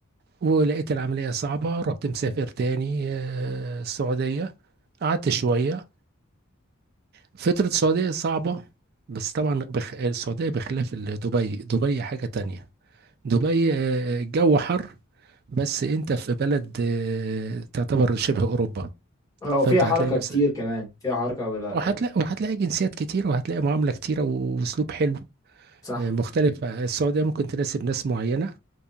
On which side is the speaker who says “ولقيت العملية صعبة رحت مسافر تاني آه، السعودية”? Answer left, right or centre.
Right